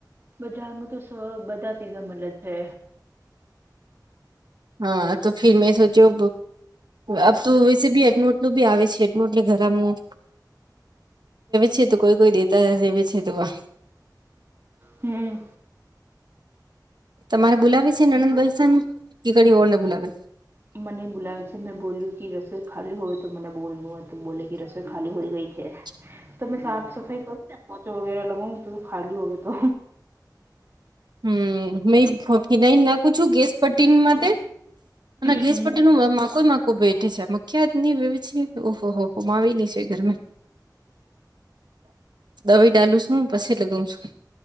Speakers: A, on the right (about 35°); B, on the right (about 75°).
A: બજાર ન તો સ બધા પીઝા મળે છે,
B: હા તો ફર મેં સોચ્યો આ તોશે બી એકટ નટ નું બી આવે છે એટનુંટલે ઘરામાં છે તો કોઈ કોઈ દેતા હ વવે છે, તો વા
A: હમ્મ.
B: તમારે બોલાવે છે નનંદભાઈ સર કે કડી ઓળને બોલાવે છે?
A: હમ્મ મને બોલાવે છે મેં બોલ્યું કે રસોઈ ખાલી હોય તો મને બોલવું હોય તો બોલે કે રસોઈ ખાલી હોય ગઈ છે.
B: <inaudible>
A: તમે સાફ સફાઈ કરું ને પોચો વગેરે લગાવું તો ખાલી હોવે તો.
B: હમ્મ મે ફીનાઈને નાખું છું ગેસ પટીન માટે. ના ગેસ
A: હમ્મ
B: પટીનુંમા કોઈ બેઠે છેમ ખ્યાત હીવી છે ઓહો હોહો મા આવી ની છે ઘરમે દવાઈ ડાલું છું પસે લગાવું છું